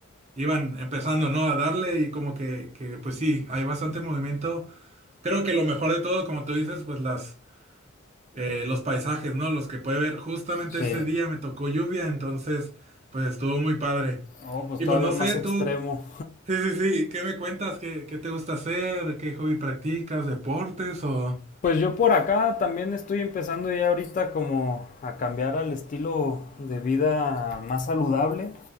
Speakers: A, on the right; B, on the left.
A: iban empezando, ¿no? A darle y como que, que pues sí, hay bastante movimiento. Creo que lo mejor de todo, como tú dices, pues las, eh, los paisajes, ¿no? Los que puede ver. Justamente
B: Sí.
A: ese día me tocó lluvia, entonces pues estuvo muy padre.
B: Oh, pues
A: Y
B: todavía
A: pues no
B: más
A: sé,
B: extremo.
A: tú... Sí, sí, sí. ¿Qué me cuentas? ¿Qué, qué te gusta hacer? ¿Qué hobby practicas? ¿Deportes o...?
B: Pues yo por acá también estoy empezando ya ahorita como a cambiar al estilo de vida más saludable.